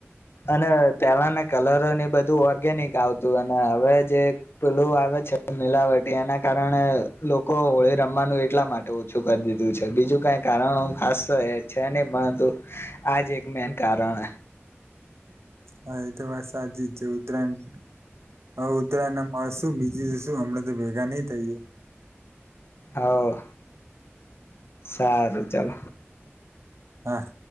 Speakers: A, on the left (about 60°); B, on the right (about 75°).
A: અને પહેલાને કલરો ની બધું ઓર્ગેનિક આવતું અને હવે જે પલું આવે છે મિલાવટી એના કારણે લોકો હોળી રમવાનું એટલા માટે ઓછું કરી દીધું છે બીજું કઈ કારણ ખાસ છે નહી પણ તો આ જ એક મેન કારણ હે.
B: હા એ તો વાત સાચી જ છે ઉત્તરાયણ હવે ઉત્તરાયણ મળ શું બીજું શું હમણા તો ભેગા નઈ થઈએ.
A: હવ સારું ચાલ.
B: હા.